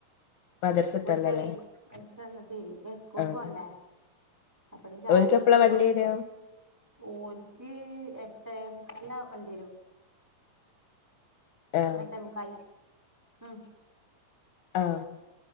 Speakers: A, on the left (about 70°); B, in the centre.
A: മദ്രസ വിട്ടന്നല്ലേ
B: വിട്ടൊന്ന് വട്ട് വന്നിട്ടെയ് വേം സ്കൂൾക്കോണ്ടേ
A: ആഹ്
B: അപ്പഞ് ചായടിക്ക്റ്യാ
A: ഓൽക്ക് എപ്പളാ വണ്ടി വരാ
B: ഓൽക്ക് എട്ടേമുക്കാലിനാ വണ്ടി വരു
A: ആഹ്
B: മട്ടെ മുക്കാൽന് ഉം
A: ആഹ്